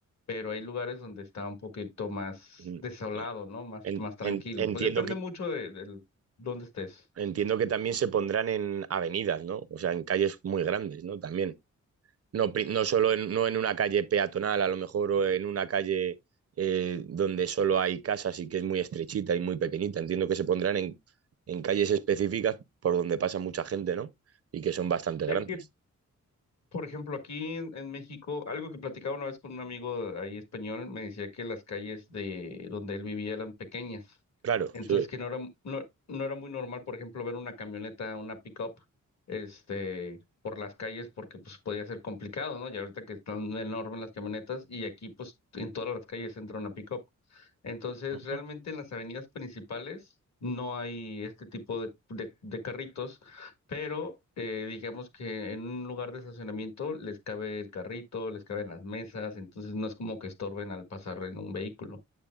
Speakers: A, on the left; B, on the right.
A: pero hay lugares donde está un poquito más
B: mm.
A: desolado, ¿no? Más,
B: en-
A: más tranquilo.
B: en- entiendo
A: Pues depende
B: que,
A: mucho de, de dónde estés.
B: entiendo que también se pondrán en avenidas, ¿no? O sea, en calles muy grandes, ¿no? También. No, pri- no solo en, no en una calle peatonal, a lo mejor, o en una calle eh, donde solo hay casas y que es muy estrechita y muy pequeñita. Entiendo que se pondrán en, en calles específicas por donde pasa mucha gente, ¿no? Y que son bastante
A: Es
B: grandes.
A: que Por ejemplo, aquí en, en México, algo que platicaba una vez con un amigo ahí español, me decía que las calles de donde él vivía eran pequeñas.
B: Claro,
A: Entonces
B: sí.
A: que no era, no, no era muy normal, por ejemplo, ver una camioneta, una pick-up, este, por las calles, porque pues podía ser complicado, ¿no? Y ahorita que están enormes las camionetas, y aquí pues en todas las calles entra una pick-up. Entonces,
B: Ah,
A: realmente en las avenidas principales no hay este tipo de, de, de carritos pero eh, digamos que en un lugar de estacionamiento les cabe el carrito, les caben las mesas, entonces no es como que estorben al pasar en un vehículo.